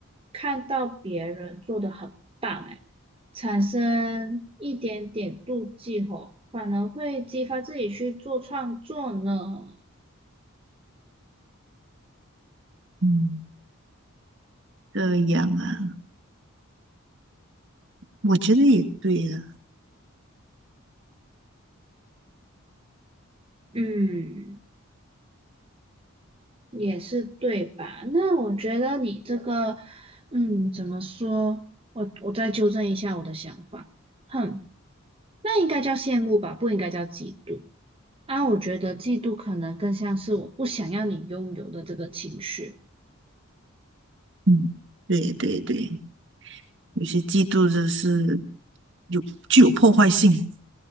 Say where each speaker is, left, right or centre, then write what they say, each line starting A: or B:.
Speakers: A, on the right; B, on the right.
A: 看到别人做的很棒，哎，产生一点点妒忌吼，反而会激发自己去做创作呢。
B: 嗯这样啊，我觉得也对啊。
A: 嗯，也是对吧？那我觉得你这个，嗯，怎么说？我我再纠正一下我的想法。哼，那应该叫羡慕吧，不应该叫嫉妒。啊，我觉得嫉妒可能更像是我不想要你拥有的这个情绪。
B: 嗯，对对对，有些嫉妒就是有具有破坏性